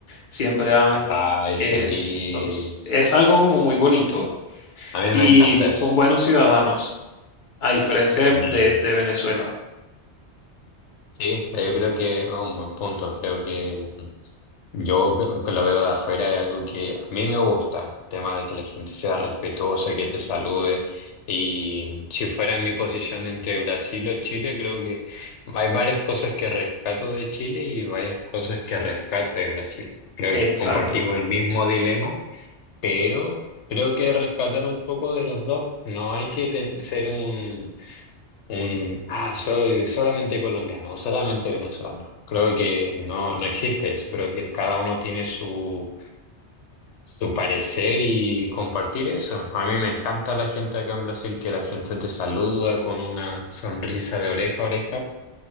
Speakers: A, on the left; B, on the left.
A: siempre dan,
B: Ay,
A: es,
B: sí.
A: son- es algo como muy bonito
B: A mí
A: y
B: me encanta eso.
A: son buenos ciudadanos, a diferencia
B: Y,
A: de, de- de Venezuela.
B: sí, yo creo que es un buen punto. Creo que yo que lo veo de afuera es algo que a mí me gusta. El tema de que la gente sea respetuosa, que te salude. Y si fuera en mi posición entre Brasil o Chile, creo que hay varias cosas que rescato de Chile y varias cosas que rescato de Brasil. Creo
A: Exacto.
B: que compartimos el mismo dilema pero creo que rescatar un poco de los dos. No hay que ten- ser un, un ah, soy solamente colombiano o solamente venezolano. Creo que no, no existe eso. Creo que cada uno tiene su, su parecer y compartir eso. A mí me encanta la gente acá en Brasil, que la gente te saluda con una sonrisa de oreja a oreja.